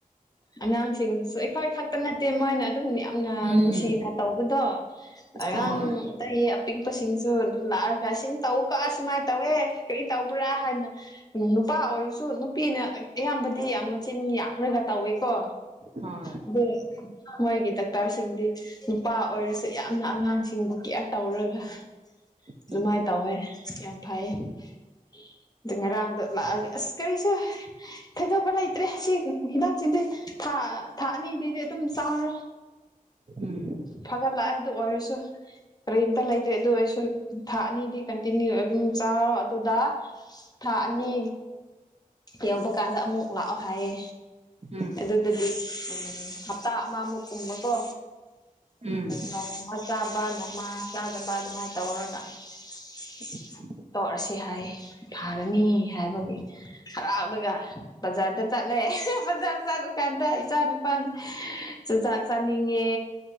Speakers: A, on the left (about 25°); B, on the right (about 45°).
A: ꯑꯉꯥꯡꯁꯤꯡꯁꯨ ꯑꯩꯈꯣꯏ ꯈꯛꯇꯥ ꯅꯠꯇꯦ ꯃꯣꯏꯅ ꯑꯗꯨꯝ ꯌꯥꯝ ꯅꯣꯏꯅ
B: ꯎꯝ
A: ꯅꯨꯡꯁꯤꯅꯥ ꯇꯧꯕꯗꯣ ꯑꯉꯥꯡ
B: ꯍꯣꯏ
A: ꯑꯇꯩ ꯑꯥꯄꯤꯛꯄꯁꯤꯡꯁꯨ ꯑꯗꯨꯝ ꯂꯥꯛ ꯁꯤꯟ ꯇꯧꯀꯣ ꯁꯨꯃꯥꯏꯅ ꯇꯧꯋꯦ ꯀꯔꯤ ꯇꯧꯕ꯭ꯔꯥ ꯍꯥꯏꯅ ꯅꯨꯄꯥ ꯑꯣꯏꯔꯁꯨ ꯅꯨꯄꯤꯅ ꯑꯌꯥꯝꯕꯗꯤ ꯌꯥꯝ ꯃꯆꯤꯟ ꯌꯥꯝꯃꯒ ꯇꯧꯋꯦꯀꯣ
B: ꯍꯣꯏ
A: ꯑꯗꯨ ꯃꯣꯏꯒꯤ ꯗꯣꯛꯇ꯭ꯔ ꯅ꯭ꯔꯁꯁꯤꯡꯗꯤ ꯅꯨꯄꯥ ꯑꯣꯏꯔꯁꯨ ꯌꯥꯝꯅ ꯑꯉꯥꯡꯁꯤꯡꯕꯨ ꯀꯦꯌ꯭ꯔ ꯇꯧꯔꯒ
B: ꯘꯝ
A: ꯑꯗꯨꯝꯃꯥꯏ ꯇꯧꯋꯦ ꯌꯥꯝ ꯐꯩ ꯑꯥꯗꯨ ꯉꯔꯥꯡꯗꯣ ꯂꯥꯛꯑꯒꯦ ꯑꯥꯁ ꯀꯔꯤꯁꯨ ꯊꯥꯖꯕ ꯂꯩꯇ꯭ꯔꯦ ꯁꯤ ꯍꯤꯗꯥꯛꯁꯤꯗꯤ ꯊꯥ ꯊꯥ ꯑꯅꯤꯗꯤ ꯑꯗꯨꯝ ꯆꯥꯔꯣ
B: ꯎꯝ
A: ꯐꯥꯒꯠꯂꯛꯑꯦ ꯑꯗꯨ ꯑꯣꯏꯔꯥꯁꯨ ꯀꯔꯤꯝꯇꯥ ꯂꯩꯇ꯭ꯔꯦ ꯑꯗꯨ ꯑꯣꯏꯔꯥꯁꯨ ꯊꯥ ꯑꯅꯤꯗꯤ ꯀꯟꯇꯤꯅ꯭ꯌꯨ ꯑꯗꯨꯝ ꯆꯥꯔꯣ ꯑꯗꯨꯗꯥ ꯊꯥ ꯑꯅꯤ ꯌꯧꯕꯥ ꯀꯥꯟꯗ ꯑꯃꯨꯛ ꯂꯥꯛꯑꯣ ꯍꯥꯏꯌꯦ
B: ꯎꯝ
A: ꯑꯗꯨꯗꯥꯗꯤ ꯑꯝ ꯍꯥꯞꯇꯥ ꯑꯃꯃꯨꯛ ꯒꯨꯝꯕꯥꯀꯣ
B: ꯎꯝ
A: ꯅꯣꯡꯃꯥ ꯆꯥꯕ ꯅꯣꯡꯃꯥ ꯆꯥꯗꯕ ꯑꯗꯨꯃꯥꯏꯟ ꯇꯧꯔꯒ ꯒꯤꯡ
B: ꯘ
A: ꯇꯧꯔꯁꯤ ꯍꯥꯏꯌꯦ ꯐꯥꯔꯅꯤ ꯍꯥꯏꯕꯒꯤ ꯍꯔꯥꯎꯔꯒ ꯕꯖꯥ꯭ꯔꯗ ꯆꯠꯂꯦ ꯕꯖꯥ꯭ꯔ ꯆꯠꯄꯥ ꯀꯥꯟꯗ ꯏꯆꯥ ꯅꯨꯄꯥꯥ ꯆꯨꯖꯥꯛ ꯆꯥꯅꯤꯡꯉꯦ